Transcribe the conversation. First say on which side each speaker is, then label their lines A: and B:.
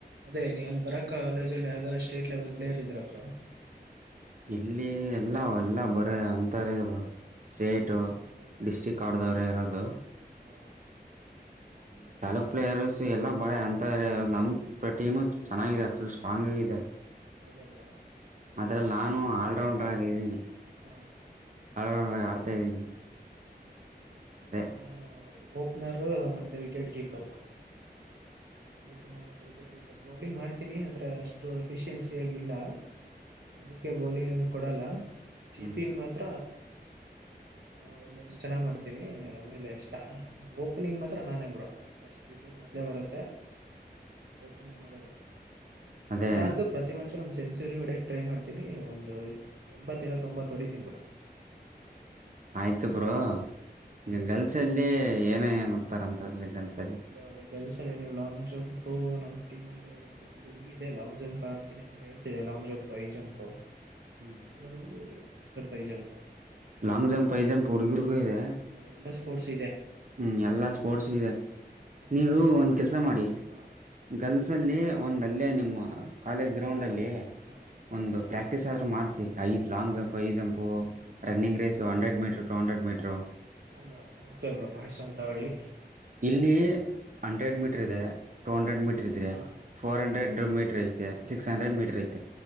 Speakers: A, on the right; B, on the right.
A: ಅದೇ ನೀವು ಅಲ್ಲಿ ಬರಾಕ್ಕ ಕಾಲೇಜಲ್ಲಿ ಯಾವ್ದಾದಾರೂ ಸ್ಟೇಟ್ ಲೆವೆಲ್ ಪ್ಲೇಯರ್ ಇದ್ರ ಬ್ರೊ
B: ಇಲ್ಲಿ ಎಲ್ಲ ಎಲ್ಲ ಬರೆ ಅಂತಾರೆ ಬ್ರೊ ಸ್ಟೇಟ್
A: ಹಾಂ
B: ಡಿಸ್ಟಿಕ್ ಆಡ್ದವರೇ ಇರೋದು
A: ಹಾಂ
B: ಹಗೆ ತಾಲೂಕಪ್ಲೇಯರ್ ಪ್ಲೇಯರ್ಸ್ ಎಲ್ಲ ಬಹಳ ಅಂತವ್ರೇ ನಮ್ಮ್ ಟೀಮು ಚೆನ್ನಾಗಿದೆ ಫುಲ್ ಸ್ಟ್ರಾಂಗ್ ಆಗಿ ಇದೆ
A: ಹೌದ ಬ್ರೋ
B: ಅದ್ರಲ್ ನಾನು ಅಲ್ಲರೌಂಡ್ ಹಾ ಇದೀನಿ
A: ಹಾಂ
B: ಆ ಆಡ್ತಾ ಇದ್ದೀನಿ ಅದೇ
A: ನಾನು ಓಪನರ್ ಮತ್ತೆ ವಿಕೆಟ್ ಕೀಪರ್ ಬ್ರೊ ಓಪನರ್ ಮತ್ತೆ ವಿಕೆಟ್ ಕೀಪರ್ ಬೌಲಿಂಗ್ ಮಾಡ್ತೀನಿ ಆದ್ರೆ ಅಷ್ಟು ಎಫಿಶಿಯನ್ಸಿ ಎನಿಲ್ಲ. ಅದಕ್ಕೆ ಬೌಲಿಂಗ್ ಹಂಗ ಕೊಡಲ್ಲ ಕೀಪಿಂಗ್
B: ಹ್ಞೂ
A: ಮಾತ್ರ. ಹ ಒಳ್ಳೆ ಚೆನ್ನಾಗ್ ಮಾಡ್ತೀನಿ ಆಮೇಲೆ ಇಷ್ಟ ಓಪನಿಂಗ್ ಮಾತ್ರ ನಾನೇ ಬ್ರೋ ಫಸ್ಟ್ ವಿಕೆಟ್ ನಂದೇ ಬರುತ್ತೆ ಓಪನಿಂಗ್ ಮಾಡೋದು
B: ಅದೇ
A: ಇಲ್ಲ ಅಂದ್ರೆ ಪ್ರತಿ ಮ್ಯಾಚ್ ಅಲ್ಲೂ ಒಂದ್ ಸೆಂಚುರಿ ಒಡೆ ಟ್ರೈ ಮಾಡ್ತೀನಿ ಒಂದು ಎಂಬತ್ತರ ತೊಂಬತ್ ಒಡಿತೀನಿ ಬ್ರೊ
B: ಆಯ್ತು ಬ್ರೋ ಈಗ ಗರ್ಲ್ಸ್ ಅಲ್ಲಿ ಏನ ಏನುತಾರಂತಲ್ಲಿ ಗರ್ಲ್ಸ್.
A: ಬ್ರೋ ಅದೇ ಗರ್ಲ್ಸ್ ಅಲ್ಲಿ ಏನು ಇಲ್ಲ ಜಂಪು ನಮ್ ಟೀಮ್ಲ್ಲಿ ಒಂದ್ ಹುಡುಗಿ ಇದೆ ಲಾಂಗ್ ಜಂಪ್ ಹಾರ್ತಿನಿ ಅಂತ ಹೇಳ್ತಿದೆ ಲಾಂಗ್ ಜಂಪ್ ಹೈ ಜಂಪು
B: ಹ್ಮ
A: high jump
B: long jump high jump ಹುಡುಗಿರು ಇದೆ
A: ಎಲ್ ಡಾಸ್ ಫೋರ್ಸ್
B: ಹ್ಮ್ ಎಲ್ಲಾ ಸ್ಪೋರ್ಟ್ಸ್ ಇವೆ
A: ಹಾ
B: ನೀವು ಒಂದ್ ಕೆಲ್ಸ ಮಾಡಿ
A: ಹಾ
B: ಗರ್ಲ್ಸ್ ಅಲ್ಲಿ ಒಂದ್ ಅಲ್ಲೇ ನಿಮ್ಮ ಕಾಲೇಜ್ ಗ್ರೌಂಡ್ ಅಲ್ಲಿ
A: ಹಾ
B: ಒಂದು ಪ್ರಕ್. ಪ್ರ್ಯಾಕ್ಟೀಸ್ ಆದರೂ ಮಾಡಿಸಿ ಐದು ಲಾಂಗ್ ಜಂಪು, ಹೈ ಜಂಪು,
A: ಹಾ
B: running race hundred metre two hundred metre.
A: ಅದು ಓಕೆ ಬ್ರೋ ಮಾಡ್ಸಂತ ತಗೋಳಿ.
B: ಇಲ್ಲಿ ಹಂಡ್ರೆಡ್ ಮೀಟ್ರ್ ಇದೆ ಟೂ
A: ಹಾ
B: ಹಂಡ್ರೆಡ್ ಮೀಟ್ರ್ ಇದೆ
A: ಹಾ
B: ಫೋರ್ ಹಂಡ್ರೆಡ್ ಮೀಟ್. ಐತೆ
A: ಹಾ
B: ಸಿಕ್ಸ್
A: ಹಾ
B: ಹಂಡ್ರೆಡ್ ಮೀಟರ್ ಐತೆ